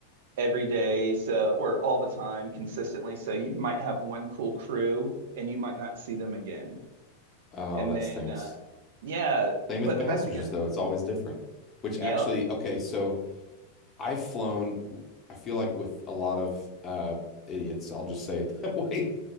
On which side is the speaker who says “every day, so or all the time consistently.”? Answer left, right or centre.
Right